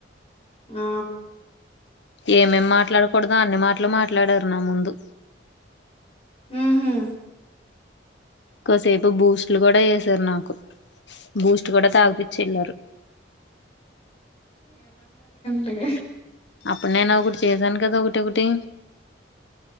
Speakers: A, on the left; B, on the left.
A: ఆ
B: ఏమేమి మాట్లాడకూడదో అన్ని మాటలు మాట్లాడారు నా ముందు.
A: వుహుమ్
B: కాసేపు బూస్ట్లు కూడా చేసారు నాకు బూస్ట్ కూడా తాగిపిచ్చి వెళ్ళారు.
A: హి
B: అప్పుడు నేను ఒకటి చేశాను కదా ఒకటి ఒకటి